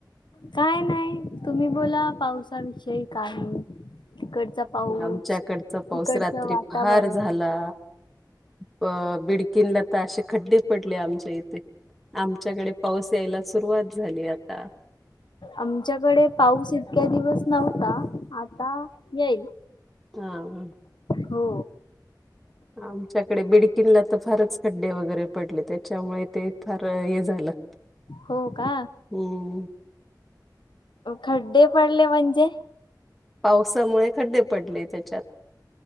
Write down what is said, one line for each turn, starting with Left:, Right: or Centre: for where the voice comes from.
Left: काय नाय... तुम्ही बोला पावसाविषयी काही... तिकडचा पाऊस
Centre: आमच्याकडचा पाऊस
Left: तिकडचं
Centre: रात्री
Left: वातावरण
Centre: फार झाला अ... बिडकींनला तर अशे खड्डे पडले आमच्या इथे आमच्याकडे पाऊस यायला सुरुवात झाली आता
Left: आमच्याकडे पाऊस इतक्या दिवस नव्हता, आता येईल
Centre: हा हा
Left: हो
Centre: आमच्याकडे बिडकीनला तर फारच खड्डे वगैरे पडले त्याच्यामुळे ते... फार हे झालं <unintelligible>
Left: हो का?
Centre: हम्म
Left: खड्डे पडले म्हणजे?
Centre: पावसामुळे खड्डे पडले त्याच्यात